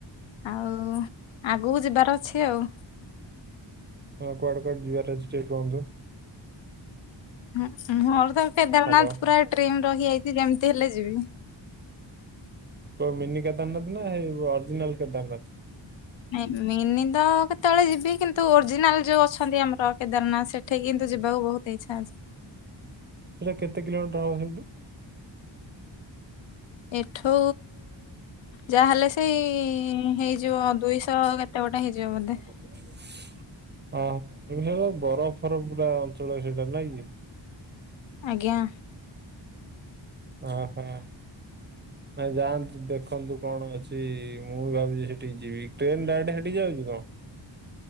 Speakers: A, on the left (about 75°); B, on the right (about 25°).
A: ଆଉ ଆଗକୁ ଯିବାର ଅଛି ଆଉ।
B: ହଁ କୁଆଡେ କୁଆଡେ ଯିବାର ଅଛି ଟିଏ କୁହନ୍ତୁ?
A: ହଁ ମୋର ତ କେଦାରନାଥ
B: ହ୍ୟାଲୋ
A: ପୁରା ଡ୍ରିମ୍ ରହିଯାଇଚି ଯେମିତି ହେଲେ ଯିବି।
B: କୋଉ ମିନି କେଦାରନାଥ ନା ହେଁଇ ଅରଜିନାଲ କେଦାରନାଥ?
A: ନାଇଁ ମିନି ତ କେତେବେଳେ ଯିବି କିନ୍ତୁ ଓରିଜିନାଲ ଯୋଉ ଅଛନ୍ତି ଆମର କେଦାରନାଥ ସେ ଠି କିନ୍ତୁ ଯିବାକୁ ବହୁତ ଇଚ୍ଛା ଅଛି।
B: ହେଁଟା କେତେ କିଲୋମଟର ହବ ହେଇଟୁ?
A: ଏଠୁ ଯାହାହଲେ ସେଇ ହେଇଯିବ ଦୁଇଶହ କେତେ ଗୋଟେ ହେଇଯିବ ବୋଧେ।
B: ହ ହ <unintelligible> ବରଫ ଫରଫ ପୁରା ଅଞ୍ଚଳ ସେଇଟା ନାଇଁ କି?
A: ଆଜ୍ଞା।
B: ହଁ ହଁ। ନାଇ ଯାଆନ୍ତୁ ଦେଖନ୍ତୁ କଣ ଅଛି ମୁଁ ବି ଭାବୁଛି ସେଠିକି ଯିବି ଟ୍ରେନ ଡାଇରେକ୍ଟ ହେଠି ଯାଉଚି କଣ?